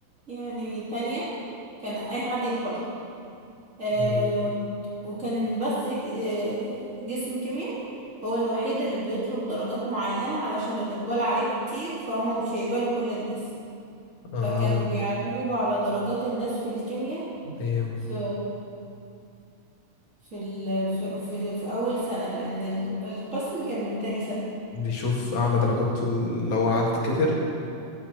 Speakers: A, on the right; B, on the left.
A: يعني تانية كان أي حد يدخلها آه
B: أيوة.
A: وكان بس ج- آه، جسم كيمياء هو الوحيد اللي بيطلب درجات معينة علشان الإقبال عليه كتير فهم مش هيقبلوا كل الناس
B: اه
A: فكانوا بيعتمدوا على درجات الناس في الكيمياء
B: ايوه
A: في في ال... في... في... في أول سنة لأن ال- القسم كان من تاني سنة
B: بيشوف اعلى درجات في ال- لو العدد كتر